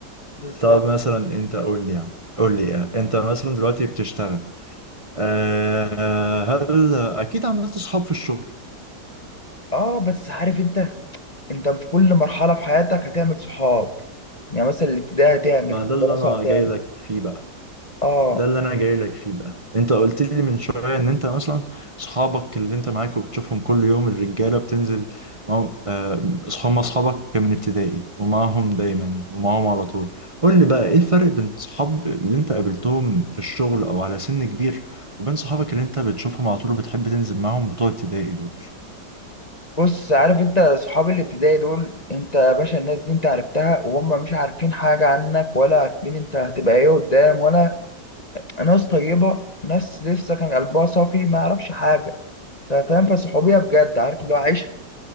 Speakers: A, on the left; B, on the right.
A: بالظبط
B: طب مثلا أنت قول لي يعني قول لي آه، أنت مثلا دلوقتي بتشتغل أه آه، هل أكيد عملت صحاب في الشغل
A: اه بس عارف انت انت في كل مرحله في حياتك هتعمل صحاب يعني مثلا الابتدائي هتعمل
B: ما
A: في
B: ده
A: الدراسه
B: اللي انا
A: هتعمل
B: جاي لك فيه بقى
A: اه
B: ده اللي انا جاي لك فيه بقى انت قلت لي من شويه ان انت مثلا اصحابك اللي انت معاك وبتشوفهم كل يوم الرجاله بتنزل معاهم آه، هم اصحابك من ابتدائي ومعاهم دايما ومعاهم على طول قول لي بقى ايه الفرق بين صحاب اللي انت قابلتهم في الشغل او على سن كبير وبين صحابك اللي انت بتشوفهم على طول وبتحب تنزل معاهم بتوع ابتدائي دول
A: بص عارف انت صحاب الابتدائي دول انت يا باشا الناس دي انت عرفتها وهم مش عارفين حاجه عنك ولا عارفين انت هتبقى ايه قدام ولا ناس طيبه ناس لسه كان قلبها صافي ما يعرفش حاجه فاهم فالصحوبيه بجد عارف اللي هو عيش